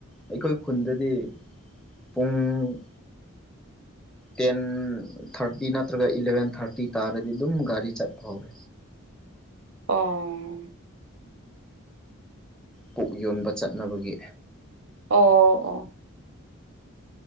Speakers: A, in the centre; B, on the right (about 65°).
A: ꯑꯩꯈꯣꯏ ꯈꯨꯟꯗꯗꯤ ꯄꯨꯡ ꯇꯦꯟ ꯊꯥꯔꯇꯤ ꯅꯠꯇ꯭ꯔꯒ ꯏꯂꯚꯦꯟ ꯊꯥꯔꯇꯤ ꯇꯥꯔꯗꯤ ꯑꯗꯨꯝ ꯒꯥꯔꯤ ꯆꯠꯄ ꯍꯧꯔꯦ
B: ꯑꯣ
A: ꯄꯨꯛ ꯌꯣꯟꯕ ꯆꯠꯅꯕꯒꯤ
B: ꯑꯣ ꯑꯣ